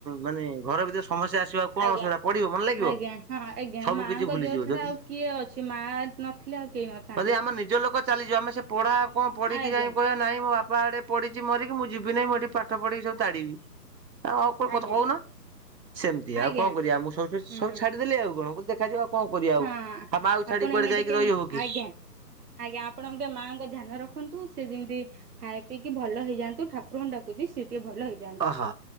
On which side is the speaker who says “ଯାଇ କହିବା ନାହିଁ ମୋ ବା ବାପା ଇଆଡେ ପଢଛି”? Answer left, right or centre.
Right